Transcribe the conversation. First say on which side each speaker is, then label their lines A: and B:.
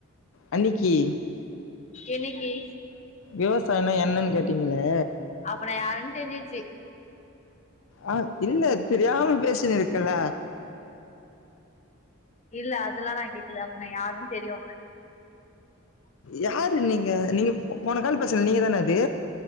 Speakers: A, on the left; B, on the left.
A: அன்னிக்கி
B: என்னிக்கி
A: விவசாயம்னா என்னன்னு கேட்டீங்களே
B: அப்புன யாருன்னு தெரிஞ்சுச்சு
A: ஆ இல்ல தெரியாம பேசின இருக்கல்ல
B: இல்ல அதெல்லா நா கே்கல அப்ப நா யாருன்னு தெரியு
A: யாரு நீங்க நீங்க போன கால் பேசல நீங்க தான அது